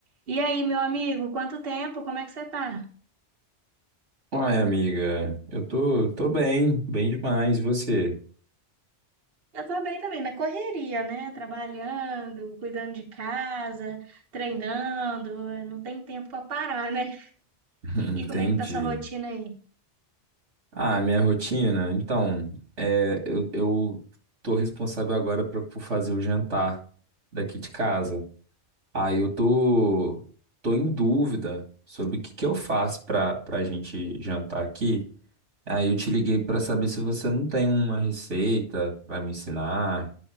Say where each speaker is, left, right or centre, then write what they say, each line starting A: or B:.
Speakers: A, on the right; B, on the right.
A: E aí, meu amigo, quanto tempo? Como é que você tá?
B: Uai, amiga, eu tô, tô bem, bem demais. E você?
A: Eu tô bem também, na correria, né? Trabalhando, cuidando de casa, treinando, não tem tempo pra parar, né?
B: <laughs> Entendi.
A: E como é que tá sua rotina aí?
B: Ah, minha rotina? Então, é, eu, eu tô responsável agora pra, por fazer o jantar daqui de casa. Aí eu tô, tô em dúvida sobre o que que eu faço pra, pra gente jantar aqui. Aí eu te liguei pra saber se você não tem uma receita pra me ensinar,